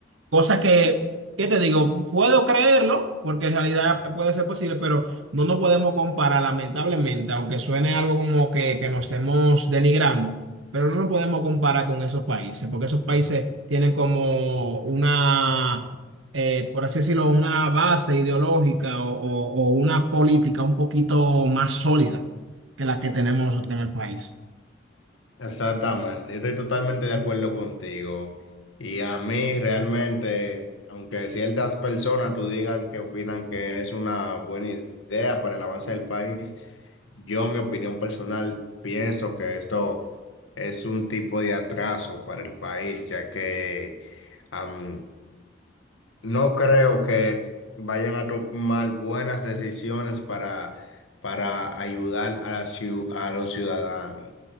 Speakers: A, on the right; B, on the left.
A: cosa que, ¿qué te digo? Puedo creerlo, porque en realidad puede ser posible, pero no nos podemos comparar, lamentablemente, aunque suene algo como que, que nos estemos denigrando, pero no nos podemos comparar con esos países, porque esos países tienen como una, eh, por así decirlo, una base ideológica o, o o una política un poquito más sólida que la que tenemos nosotros en el país.
B: Exactamente, yo estoy totalmente de acuerdo contigo. Y a mí realmente, aunque ciertas personas tú digan que opinan que es una buena idea para el avance del país, yo, mi opinión personal, pienso que esto es un tipo de atraso para el país, ya que am, no creo que vayan a tomar buenas decisiones para, para ayudar a, la ciu- a los ciudadanos.